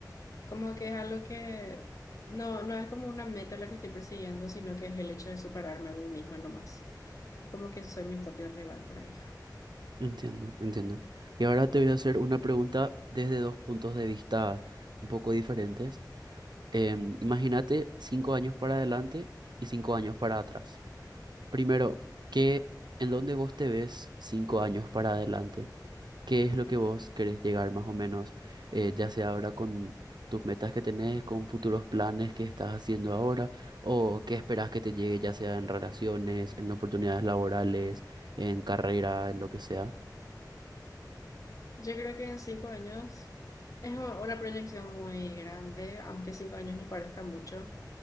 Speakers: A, on the left (about 50°); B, on the right (about 75°).
A: Como que es algo que no, no es como una meta la que estoy persiguiendo, sino que es el hecho de superarme a mí misma nomás. Es como que soy mi propio rival por ahí.
B: Entiendo, entiendo. Y ahora te voy a hacer una pregunta desde dos puntos de vista un poco diferentes. Em, imagínate cinco años para adelante y cinco años para atrás. Primero, ¿qué, en dónde vos te ves cinco años para adelante? qué es lo que vos querés llegar más o menos, eh, ya sea ahora con tus metas que tenés, con futuros planes que estás haciendo ahora, o qué esperás que te llegue, ya sea en relaciones, en oportunidades laborales, en carrera, en lo que sea.
A: Yo creo que en cinco años es u- una proyección muy grande, aunque cinco años no parezca mucho.